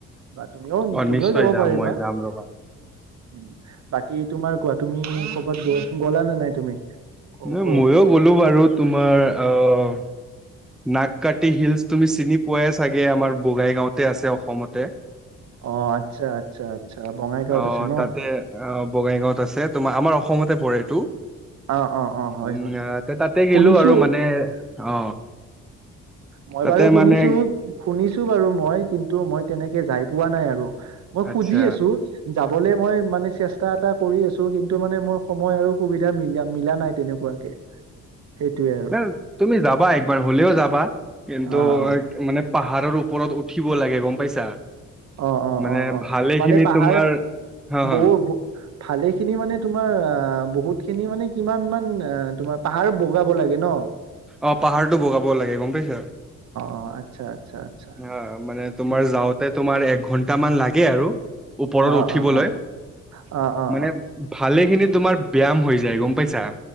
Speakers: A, on the right (about 60°); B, in the centre.
A: বা তুমিও
B: অ'
A: তুমিও
B: নিশ্চয়
A: যাব
B: যাম
A: পাৰিবা।
B: মই যাম ৰ'বা।
A: উ বাকী তোমাৰ কোৱা তুমি কৰ'বাত গ গলা নে নাই তুমি ক-
B: ন
A: কৰ
B: মইয়ো গ'লো বাৰু তোমাৰ আহ নাগ কাটি হিলচ তুমি চিনি পোৱাই চাগে আমাৰ বগাই গাঁওতে আছে অসমতে
A: অ আচ্ছা আচ্ছা আচ্ছা বঙাইগাঁৱত
B: আহ
A: আছে ন?
B: তাতে আহ বগাইগাঁওত আছে তোমাৰ আমাৰ অসম অসমতে পৰে এইটো
A: অ অ অ হয়
B: উম
A: হয় হয়
B: তাতে গিলো
A: শুনিছো।
B: আৰু মানে অ
A: মই
B: তাতে
A: বাৰু শুনিছোঁ,
B: মানে
A: শুনিছোঁ বাৰু মই কিন্তু মই তেনে যাই পোৱা নাই আৰু, মই
B: আচ্ছা
A: খুজি আছো যাবলৈ মই মানে চেষ্টা এটা কৰি আছোঁ, কিন্তু মানে মোৰ সময় আৰু সুবিধা মিলা মিলা নাই তেনেকুৱাকে। সেইটোয়ে আৰু
B: না' তুমি যাবা একবাৰ হ'লেও যাবা, কিন্তু
A: অ অ
B: মানে পাহাৰৰ ওপৰত উঠিব লাগে গম পাইছা?
A: অ অ
B: মানে
A: অ অ
B: ভালেখিনি
A: মানে পাহাৰ
B: তোমাৰ হা হা
A: বহুত, ভালেখিনি মানে তোমাৰ আহ বহুত, খিনি মানে কিমান মান অ তোমাৰ পাহাৰ বগাব লাগে ন?
B: অ পাহাৰটো বগাব লাগে গম পাইছা?
A: অ আচ্ছা আচ্ছা আচ্ছা
B: অহ মানে তোমাৰ
A: ঠিক
B: যাওঁতে তোমাৰ এ ঘন্টা মান লাগে আৰু ওপৰত
A: অ
B: উঠিবলৈ,
A: অ অ অ অ
B: মানে ভালেখিনি তোমাৰ ব্যায়াম হৈ যায় গম পাইছা।